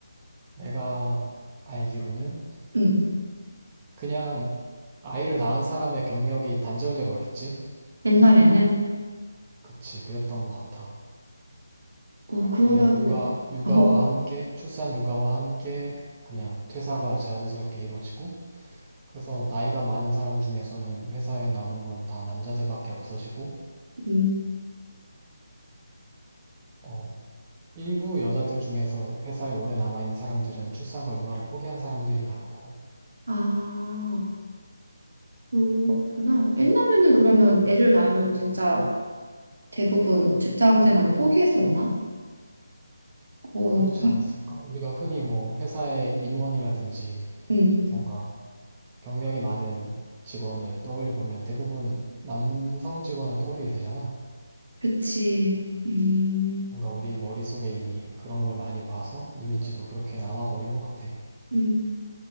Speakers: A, on the right; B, on the right.
A: 내가 알기로는
B: 음,
A: 그냥 아이를 낳은 사람의 경력이 단절돼 버렸지?
B: 옛날에는
A: 그치, 그랬던 것 같아.
B: 어 그러면은
A: 그냥 육아, 육아와
B: <laughs> 어,
A: 함께, 출산 육아와 함께 그냥 퇴사가 자연스럽게 이루어지고 그래서 나이가 많은 사람 중에서는 회사에 남은 건 다 남자들밖에 없어지고,
B: 음,
A: 어, 일부 여자들 중에서 회사에 오래 남아있는 사람들은 출산과 육아를 포기한 사람들이 많고,
B: 아 그렇구나. 옛날에는 그러면 애를 낳으면 진짜 대부분 직장 생활을 포기했었나? 어,
A: 그렇지 않았을까? 우리가 흔히 뭐 회사의 임원이라든지
B: 음.
A: 뭔가 경력이 많은 직원을 떠올려 보면 대부분 남성 직원을 떠올리게 되잖아.
B: 그치. 음,
A: 뭔가 우리 머릿속에 이미 그런 걸 많이 봐서 이미지도 그렇게 남아버린 것 같아.
B: 음.